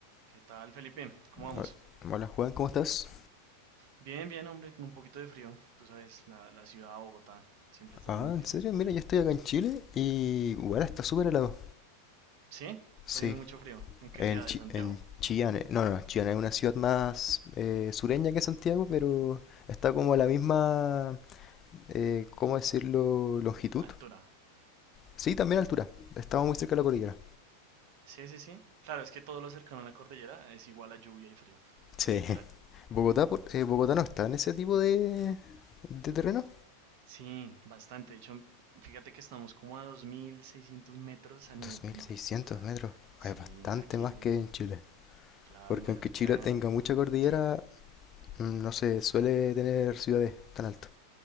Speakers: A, on the right (about 45°); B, on the left (about 30°).
A: ¿Qué tal, Felipe? ¿Cómo vamos?
B: Ah, Hola Juan, ¿cómo estás?
A: Bien, bien, hombre, con un poquito de frío. Tú sabes, la, la ciudad de Bogotá siempre está
B: Ah,
A: haciendo frío.
B: ¿en serio? Mira, yo estoy acá en Chile y bueno, está súper helado.
A: ¿Sí?
B: Sí,
A: Está haciendo mucho frío. ¿En qué
B: en,
A: ciudad
B: Chi-
A: de Santiago?
B: en Chillán, eh, no, no, Chillán es una ciudad más eh, sureña que Santiago, pero está como a la misma, eh, ¿cómo decirlo?, longitud.
A: Altura.
B: Sí, también altura, estamos muy cerca de la cordillera.
A: Sí, sí, sí. Claro, es que todo lo cercano a la cordillera es igual a lluvia y frío,
B: Sí.
A: literal.
B: <laughs> Bogotá, por- eh, Bogotá no está en ese tipo de, de terreno.
A: Sí, bastante. De hecho, fíjate que estamos como a 2.600 metros a nivel
B: Dos
A: del
B: mil seiscientos
A: mar. O sea,
B: metros,
A: sí,
B: Ah, es bastante
A: aquí,
B: más que en Chile.
A: claro,
B: Porque
A: imagínate
B: aunque Chile
A: que la...
B: tenga mucha cordillera,
A: Sí,
B: Mm, No se suele tener ciudades tan altas.